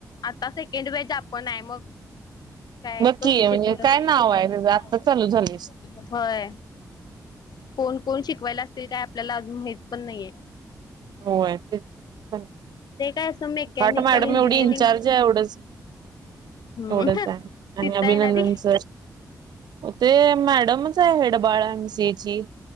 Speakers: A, on the left; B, on the right.
A: आता सेकंड वज आपण आहे मग काय
B: नकी
A: कसं शिकवतात.
B: म्हणजे काय नाव आहे त्या आत्ता चालू झाले
A: होय कोण कोण शिकवायला असतील काय आपल्याला अजून माहित पण नाहीये
B: हो ते प
A: ते काय असं मेकॅनिकल
B: बट मॅडम
A: इंजिनिअरिंग
B: एवढी इंचार्ज आहे एवढंच
A: हम्म
B: एवढच आहे आणि
A: तिथं
B: अभिनंदन
A: आहे ना ती
B: सर ते मॅडम कस हेडबाळसेची